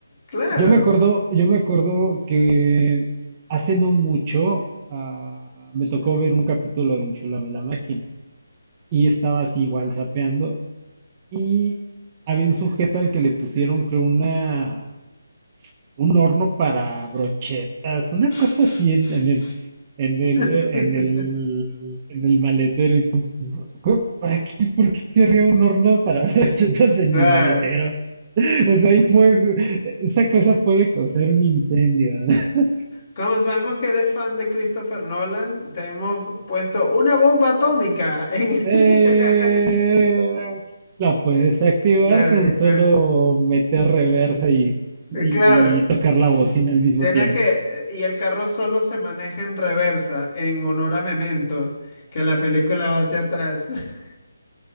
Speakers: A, on the left; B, on the right.
A: claro.
B: yo me acuerdo, yo me acuerdo que hace no mucho ah, me tocó ver un capítulo de Enchúlame la máquina y estaba así igual zapeando y había un sujeto al que le pusieron creo una un horno para brochetas, una
A: <laughs>
B: cosa así en, en el, en el, eh, en el,
A: <laughs>
B: en el maletero. Y tú, "¿Cu- ¿para qué? ¿Por qué querría un horno para <laughs> brochetas en
A: Claro.
B: mi maletero? <laughs> O sea, hay fuego. Esa cosa puede causar un incendio. <laughs>
A: Como sabemos que eres fan de Christopher Nolan, te hemos puesto una bomba atómica en...
B: Eh,
A: <laughs>
B: la puedes activar
A: Claro,
B: con solo
A: claro.
B: meter reversa y, y,
A: Claro,
B: y tocar la bocina al mismo
A: tienes
B: tiempo,
A: que...
B: ¿no?
A: Y el carro solo se maneja en reversa, en honor a Memento, que la película va hacia atrás. <laughs>